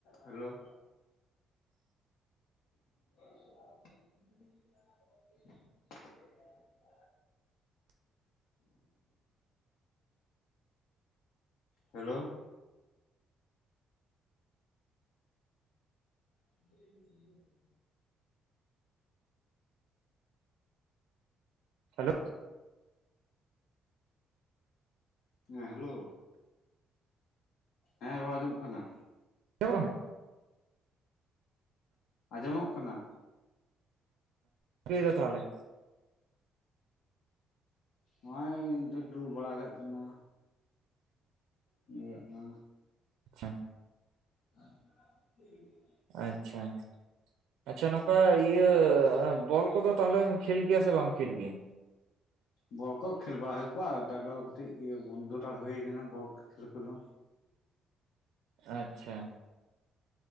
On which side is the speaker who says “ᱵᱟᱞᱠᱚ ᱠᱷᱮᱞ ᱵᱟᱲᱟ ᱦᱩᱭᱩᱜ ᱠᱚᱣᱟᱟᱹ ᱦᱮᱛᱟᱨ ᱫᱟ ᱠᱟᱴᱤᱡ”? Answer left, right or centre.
Left